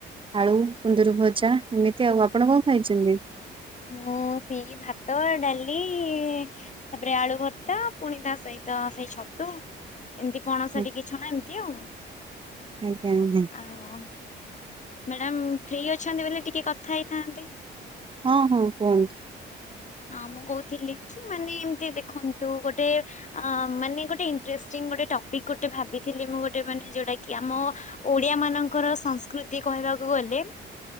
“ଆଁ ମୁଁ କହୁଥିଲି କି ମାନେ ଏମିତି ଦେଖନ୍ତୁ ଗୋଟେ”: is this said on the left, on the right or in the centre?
Left